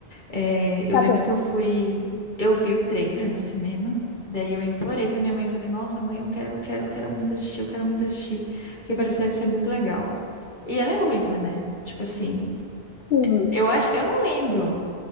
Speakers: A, on the left; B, on the left.
A: É,
B: Tá
A: eu lembro
B: bom.
A: que eu fui. Eu vi o trailer no cinema. Daí eu implorei pra minha mãe. Falei, nossa, mãe, eu quero, eu quero, eu quero muito assistir, eu quero muito assistir. Porque parecia ser muito legal. E ela é ruiva, né? Tipo assim,
B: Sim.
A: eu acho. Eu não lembro